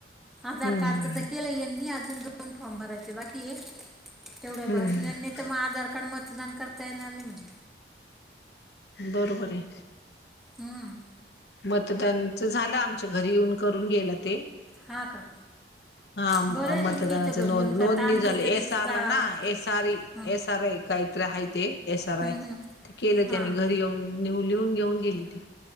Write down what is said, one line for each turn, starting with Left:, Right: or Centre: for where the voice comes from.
Centre: आधारकार्डच
Left: हम्म हम्म
Centre: तर केलं यांनी अजून दोन फॉर्म भरायचे बाकी ये तेवढं
Left: हम्म
Centre: भरून यां नायतर मग आधार कार्ड मतदान करता येणार नाही म्हणली.
Left: बरोबर आहे.
Centre: हम्म!
Left: मतदानच झालं आमच्या घरी येऊन करून गेल ते.
Centre: हा का!
Left: हा
Centre: बरं आहे
Left: मतदानाचा
Centre: तुमच्या इथं घरी येऊन
Left: नोंदणी
Centre: करता आमच्या
Left: झाली
Centre: इथं तिथं
Left: एस आर
Centre: जावं
Left: ना
Centre: लागतं
Left: एस आर इ
Centre: हं,
Left: एस आर आय काहीतर आहे ते एस आर
Centre: हं,
Left: आय
Centre: हं.
Left: ते केलं
Centre: हां
Left: त्यानी घरी येऊन लिहून घेऊन गेली ती.